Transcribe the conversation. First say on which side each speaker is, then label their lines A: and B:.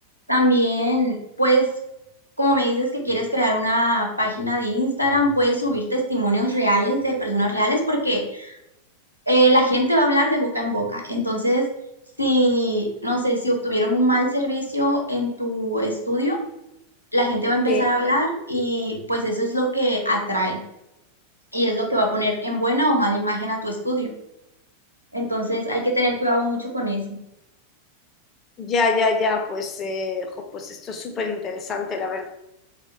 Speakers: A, on the left; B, on the left.
A: También, pues, como me dices que quieres crear una página de Instagram, puedes subir testimonios reales de personas reales porque eh, la gente va a hablar de boca en boca. Entonces, si, no sé, si obtuvieron un mal servicio en tu estudio, la gente va a empezar
B: Sí.
A: a hablar y pues eso es lo que atrae y es lo que va a poner en buena o mala imagen a tu estudio. Entonces hay que tener cuidado mucho con eso.
B: Ya, ya, ya, pues, eh, jo, pues esto es súper interesante, la verdad.